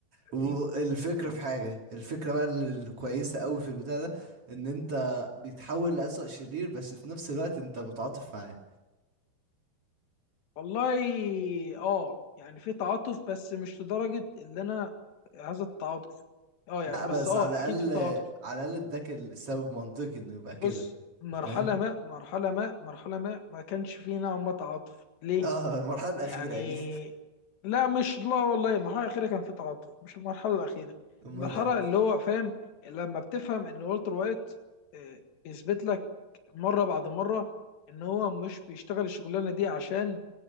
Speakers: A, on the right; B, on the left.
A: والفكرة
B: يعني
A: في حاجة الفكرة بقى ال- الكويسة قوي في البتاع ده ان انت بيتحول لأسوأ شرير بس في نفس الوقت انت متعاطف معاه
B: والله اه يعني في تعاطف بس مش لدرجة اللي انا هذا التعاطف اه يعني
A: لا
B: بس
A: بس
B: اه
A: على
B: اكيد
A: الاقل
B: في تعاطف
A: على الاقل اداك السبب منطقي انه يبقى كده
B: بص مرحلة
A: فاهم
B: ما مرحلة ما مرحلة ما ما كانش فيه نوع ما تعاطف
A: <laughs>
B: ليه؟
A: اه المرحلة الأخيرة
B: يعني
A: اكيد
B: لا مش لا والله المرحلة الأخيرة كان في تعاطف مش المرحلة الأخيرة
A: امال
B: المرحلة
A: ايه
B: اللي هو فاهم لما بتفهم إن والتر وايت آه، بيثبت لك مرة بعد مرة إن هو مش بيشتغل الشغلانة دي عشان